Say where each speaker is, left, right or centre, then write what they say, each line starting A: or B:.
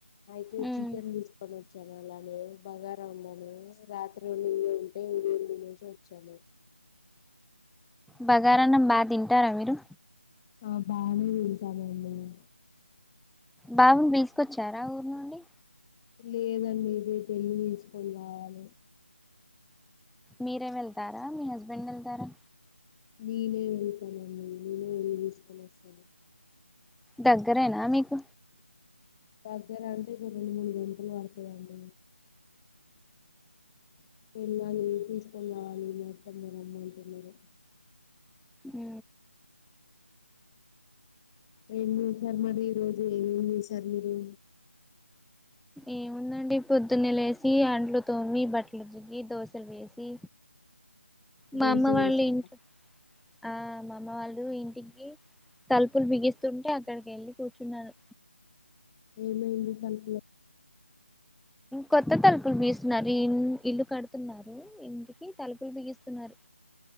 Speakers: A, on the left (about 20°); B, in the centre.
A: అయితే
B: మ్మ్
A: చికెన్ తీస్కొని వచ్చాను అలానే బగారా ఉందన్ని రాత్రిం వండింది ఉంటే ఉదయం తినేసి వచ్చాను
B: బగారాన్నం బా తింటారా మీరు
A: ఆ బానే తినేసాం అందరమును
B: బాబును తీస్కొచ్చారా ఊరు నుండి
A: లేదండి రేపేళ్ళే తీస్కొని రావాలి
B: మీరే వెళ్తారా మీ హస్బెండ్ వెళ్తారా
A: నేనే వెళ్తానండి నేనే వెళ్ళి తీసుకొని వస్తాను
B: దగ్గరేనా మీకు
A: దగ్గర అంటె కొ రెండు మూడు గంటలు పడతదండి వెళ్ళాలి ఊరు తీసుకొని రావాలి మాటమురు అమ్మ అంటున్నారు
B: ఉ
A: ఏం చూసారు మరి ఈ రోజు ఏమేమ్ చేసారు మీరు
B: ఏముందండి పొద్దున్న లేసి అంట్లు తోమి బట్టలు ఉతికి దోశలు వేసి మా
A: దోశ
B: అమ్మ వాళ్ళు
A: చేసారా
B: ఇంట్ ఆ మా అమ్మ వాళ్ళ ఇంటికి తల్పులు బిగిస్తుంటే అక్కడికి వెళ్ళి కూర్చున్నారు
A: ఏమైంది తలుపులో
B: కొత్త తలుపులు బిగిస్తునారు ఇ ఇల్లు కడుతున్నారు ఇంటికి తలుపులు బిగిస్తున్నారు